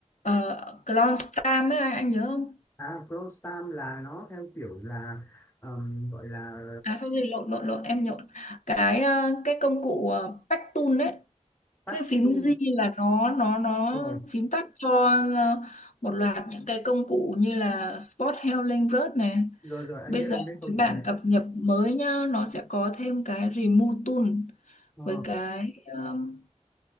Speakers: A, on the left; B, on the left.
A: uh, Clone Star ấy anh, anh nhớ không
B: <laughs> à Chrome Stamp là nó theo kiểu là ờm, gọi là
A: à sao gì lộn lộn lộn em nhộn cái ờ, cái công cụ uh, Pack Tool ấy
B: patch
A: cái phím
B: tool
A: Z là nó nó nó
B: rồi
A: phím tắt cho ờ, một loạt những cái công cụ như là Spot Healing Rớt này
B: rồi rồi anh
A: bây
B: biết
A: giờ
B: anh biết công
A: cái
B: cụ
A: bản
B: đấy
A: cập nhật mới nhá nó sẽ có thêm cái Remove Tool
B: Ờ,
A: với cái um,